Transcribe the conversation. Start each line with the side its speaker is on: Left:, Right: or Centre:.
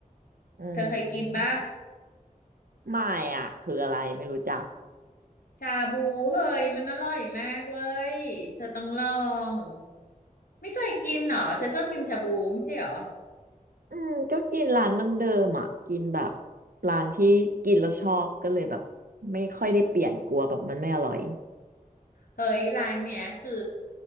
Right: อื
Left: เธอเคยกินป่ะ
Right: มไม่อ่ะคืออะไรไม่รู้จัก
Left: ชาบูเฮ้ยมันอร่อยมากเว้ยเธอต้องลองไม่เคยกินเหรอเธอชอบกินชาบูไม่ใช่เหรอ
Right: อืมก็กินร้านเดิมๆอ่ะกินแบบร้านที่กินแล้วชอบก็เลยแบบไม่ค่อยได้เปลี่ยนกลัวแบบมันไม่อร่อย
Left: เฮ้ยร้านเนี้ยคือ